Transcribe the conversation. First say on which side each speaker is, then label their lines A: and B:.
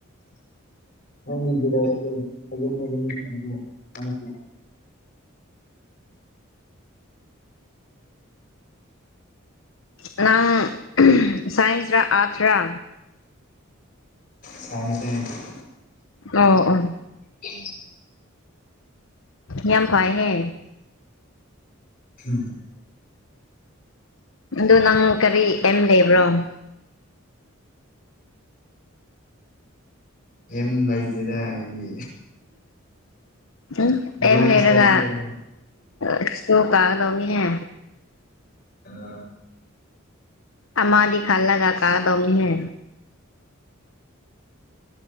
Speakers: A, on the left (about 45°); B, on the left (about 70°).
A: ꯅꯪꯗꯤ ꯀꯩꯗꯧꯔꯤꯒꯦ ꯑꯗꯨꯝ ꯑꯗꯨꯝ <unintelligible> ꯇꯥꯛꯁꯇꯣ
B: ꯅꯪ ꯁꯥꯏꯟꯁ ꯔ ꯑꯥꯔꯠꯁ ꯔ
A: ꯁꯥꯏꯟꯁꯅꯦ
B: ꯑꯣ ꯑꯣ
A: ꯎꯝ
B: ꯌꯥꯝ ꯐꯥꯏ ꯍꯦ
A: ꯎꯝ
B: ꯑꯗꯨ ꯅꯪ ꯀꯔꯤ ꯑꯦꯝ ꯂꯩꯕ꯭ꯔꯣ
A: ꯑꯦꯝ ꯂꯩꯇꯦꯗ ꯑꯩꯗꯤ
B: ꯎꯝ
A: ꯕ꯭ꯂꯥꯏꯟ
B: ꯑꯦꯝ ꯂꯩꯔꯒ
A: ꯁꯣꯠꯅꯤ ꯀꯩꯅꯣ
B: ꯑꯁ꯭ꯀꯨꯜ ꯀꯥꯒꯗꯧꯅꯤꯍꯦ
A: ꯑꯥ
B: ꯑꯃꯥꯗꯤ ꯈꯜꯂꯒ ꯀꯥꯒꯗꯧꯅꯤꯍꯦ